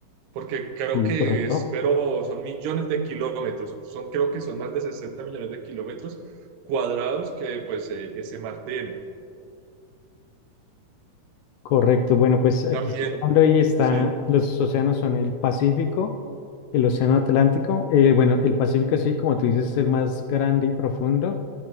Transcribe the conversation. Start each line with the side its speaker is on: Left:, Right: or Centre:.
Right: porque creo
Left: Sí,
Right: que
Left: correcto.
Right: es, pero son millones de kilómetros, son, creo que son más de 60 millones de kilómetros cuadrados que pues eh, ese mar tiene.
Left: Correcto, bueno, pues aquí
Right: También,
Left: estoy hablando y está,
Right: sí.
Left: los océanos son el Pacífico, el Océano Atlántico, eh, bueno, el Pacífico sí, como tú dices, es el más grande y profundo.